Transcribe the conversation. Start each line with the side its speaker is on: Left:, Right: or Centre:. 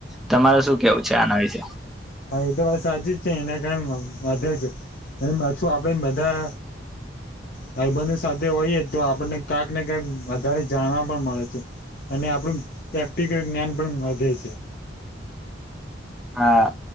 Centre: તમારે શું કેવું છે આના વિશે?
Left: હા એ તો વા સાચી જ છે, એના કારણે વધે છે, અને પાછું આપડે બધા ભાઈ બંધ સાથે હોયએ તો આપણને ક્યાંક ને ક્યાંક વધારે જાણવા પણ મળે છે. અને આપણું વયતિક જ્ઞાન પણ વધે છે.
Centre: હા.